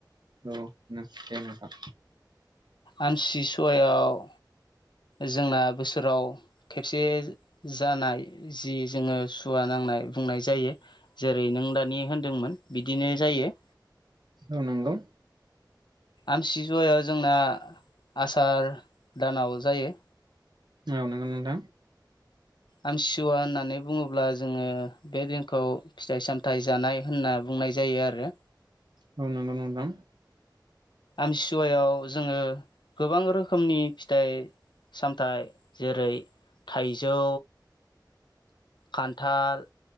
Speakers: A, on the right; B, on the left.
A: औ <unintelligible> नोंथां
B: आमथिसुवायाव जोंना बोसोराव खेबसे जानाय जि जोंङो सुवा नांनाय खुंनाय जायो जेरै नों दानि होनदोंमोन बिदिनो जायो।
A: औ नंगौ।
B: आमसिजुवायाव जोंना आसार दानाव जायो।
A: औ नंगौ नोंथां।
B: आमथिसुवा होननानै बुंङोब्ला जोंङो। बे दिनखौ फिथाइ सामथायाइ जानाय होनना बुंनाय जायो आरो
A: औ नांगौ नोंथां
B: आमसुवायाव जोंङो गोबां रोखोमनि फिथाइ सामथायाइ जेरै थाइजौ खान्थाल